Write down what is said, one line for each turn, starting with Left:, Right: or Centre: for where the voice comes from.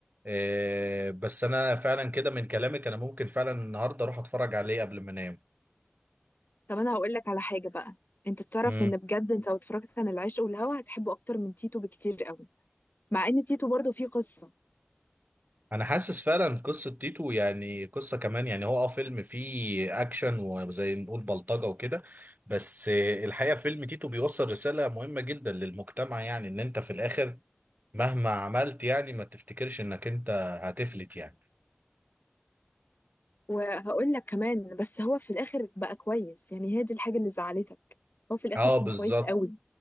Right: آه، بس انا فعلا كده من كلامك انا ممكن فعلا النهارده اروح اتفرج عليه قبل ما انام
Left: طب انا هقول لك على حاجه بقى انت تعرف
Right: مم.
Left: ان بجد انت لو اتفرجت عن العشق والهوى هتحبه اكتر من تيتو بكتير قوي مع ان تيتو برضه فيه قصه
Right: انا حاسس فعلا قصه تيتو يعني قصه كمان يعني هو اه فيلم فيه اكشن وزي نقول بلطجه وكده بس آه، الحقيقه فيلم تيتو بيوصل رساله مهمه جدا للمجتمع يعني ان انت في الاخر مهما عملت يعني ما تفتكرش انك انت هتفلت يعني
Left: وهقول لك كمان بس هو في الاخر بقى كويس يعني هي دي الحاجه اللي زعلتك هو في الاخر
Right: اه
Left: كان
Right: بالظبط
Left: كويس قوي